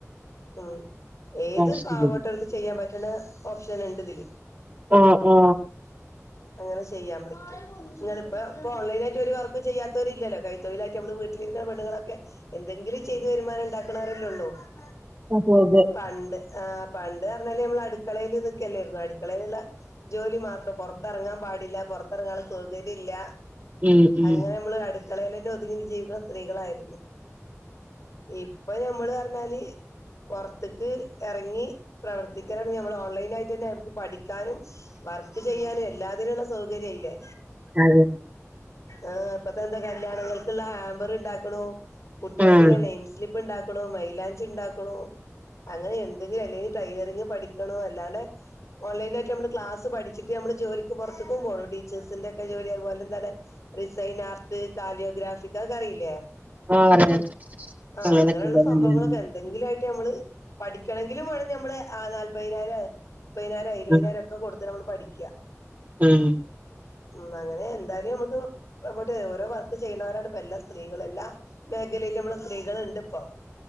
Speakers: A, on the left (about 80°); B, on the right (about 30°).
A: ഉം ഏത്
B: ആ, ശരി
A: പാവപ്പെട്ടോ ൽക്കും ചെയ്യാൻ പറ്റ്ണ ഓപ്ഷൻ ഇണ്ട് ഇതില്.
B: ആ ആ ആ
A: അങ്ങനെ ചെയ്യാൻ പ റ്റും ഇങ്ങള്പ്പ ഇപ്പൊ ഓൺലൈൻ ആയിട്ട് ഒരു വർക്കും ചെയ്യാത്തോരില്ല്യ ലോ കൈ തൊയ്ലായിട്ട് നമ്മള് വീട്ടിലിരിക്ക്ണ പെണ്ണ്ങ്ങളൊക്കെ എന്തെങ്കിലും ചെയ്ത് വരുമാനണ്ടാക്ക്ണോല്ലൊള്ളൂ. ഉണ്ടാക്കണവരല്ലേള്ളൂ
B: അതെ അതെ
A: പണ്ട് ആഹ് പണ്ട് അർഞ്ഞാല് നമ്മള് അടുക്കളേല് നിക്കല്ലേര്ന്നു അടുക്കളേല്ള്ള ജോലി മാത്രം പൊറത്തെറങ്ങാൻ പാടില്ല പൊറത്തെറങ്ങാള്ള സൗകര്യം ഇല്ല്യാ
B: ഉം ഉം ഉം.
A: അങ്ങനെമ്മള് അടുക്കളേലെന്നെ ഒതുങ്ങി ന്ന് ജീവിക്ക്ണ സ്ത്രീകളായിരുന്നു. ഇപ്പൊ ഞമ്മള് പറഞ്ഞാല് പൊറത്ത്ക്ക് എറങ്ങി പ്രവർത്തിക്കലൊടങ്ങി നമ്മൾ ഓൺലൈൻ ആയിട്ടന്നെ നമക്ക് പഠിക്കാനും വർക്ക് ചെയ്യാനും എല്ലാതിനുള്ള സൗകര്യ ആയിലേ
B: ആ, അതെ
A: ആഹ് ഇപ്പത്തെന്താ കല്യാണങ്ങൾക്ക്ള്ള ഹാമ്പർ ഇണ്ടാക്ക്ണൂ കുട്ടികൾക്ക്ള്ള
B: ഉം
A: നെയിം സ്ലിപ്പ് ഇണ്ടാക്ക്ണൂ മൈലാഞ്ചി ഇണ്ടാക്ക്ണൂ അങ്ങനെ എന്തെങ്കിലും അല്ലെങ്കി ടൈലറിങ് പഠിക്ക്ണൂ അല്ലാണ്ടെ ഓൺലൈനായിട്ട് നമ്മള് ക്ലാസ് ത്ത് പഠിച്ചിട്ട് നമ്മള് ജോലിക്ക് പൊറത്ത്ക്കും പോണു ടീച്ചേഴ്സിന്റെക്കെ ജോലി അതു പോലെന്താണെ റിസൈൻ ആർട്ട് കാലിയോഗ്രാഫിക്ക് അഹ് ഒക്കെ അറിയില്ലേ
B: ആഹ് അറിയാം
A: ആഹ്
B: അങ്ങനൊക്കെണ്ടല്ലേ
A: അങ്ങനെള്ള സംഭവങ്ങളൊക്കെ എന്തെങ്കിലു ആയി ട്ട് അമ്മള് പഠിക്കണെങ്കിലും മാണം ഞമ്മള് ആഹ് നാല്പയിനായിരൊ, മുപ്പതിനായിരൊ, ഇരുപതിനായിരൊക്ക
B: ഉം
A: കൊട് ത്ത് ഞമ്മള് പഠിക്ക്യാ
B: ഉം
A: ഉം അങ്ങനെ എന്തായാലും ഞമ്മക്ക്പ്പൊ എവടെ ഓരോ വർക്ക് ചെയ്യ്ണോരാണ് ഇപ്പ എല്ലാ സ്ത്രീകള് എല്ലാ മേഖലേലും അമ്മളെ സ്ത്രീകള് ഇണ്ട്പ്പൊ